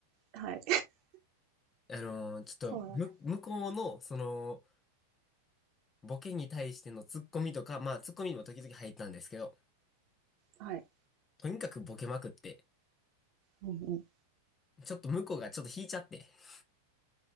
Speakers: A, on the right; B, on the left.
A: はい。
B: あのーちょっと、
A: そうなんです。
B: む、向こうの、その、ボケに対してのツッコミとか、まあ、ツッコミにも時々入ったんですけど、
A: はい。
B: とにかくボケまくって、
A: うんうん。
B: ちょっと向こうがちょっと引いちゃって、<laughs>